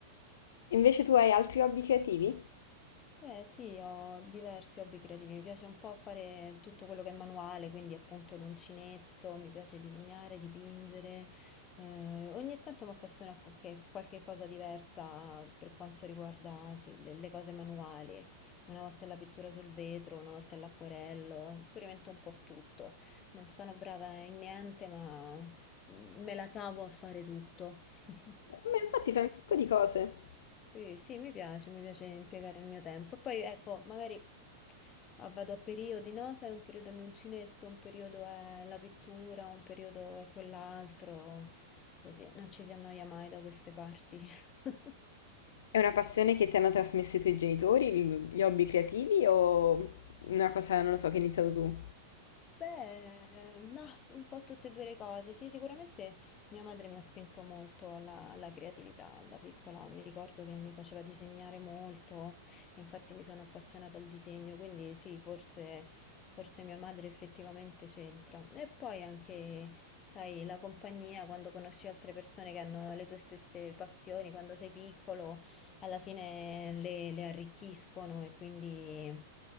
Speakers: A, on the left; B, on the left.
A: Invece tu hai altri hobby creativi?
B: Beh, sì, ho diversi hobby creativi. Mi piace un po' fare tutto quello che è manuale, quindi appunto l'uncinetto, mi piace disegnare, dipingere. Eh, ogni tanto mi appassiona qualche, qualche cosa diversa per quanto riguarda, sì, le, le cose manuali. Una volta è la pittura sul vetro, una volta è l'acquerello, sperimento un po' tutto. Non sono brava in niente, ma mm, me la cavo a fare tutto. <laughs>
A: Ma infatti fai un sacco di cose.
B: Sì, sì, mi piace, mi piace impiegare il mio tempo. E poi ecco, magari ah, vado a periodi, no? Sai, un periodo è l'uncinetto, un periodo è la pittura, un periodo è quell'altro, così non ci si annoia mai da queste parti. <laughs>
A: È una passione che ti hanno trasmesso i tuoi genitori, il- gli hobby creativi o una cosa, non lo so, che hai iniziato tu?
B: Beh, mah, un po' tutte e 2 le cose. Sì, sicuramente mia madre mi ha spinto molto alla, alla creatività da piccola. Mi ricordo che mi faceva disegnare molto, e infatti mi sono appassionata al disegno, quindi sì, forse, forse mia madre effettivamente c'entra. E poi anche, sai, la compagnia, quando conosci altre persone che hanno le tue stesse passioni, quando sei piccolo alla fine le, le arricchiscono e quindi,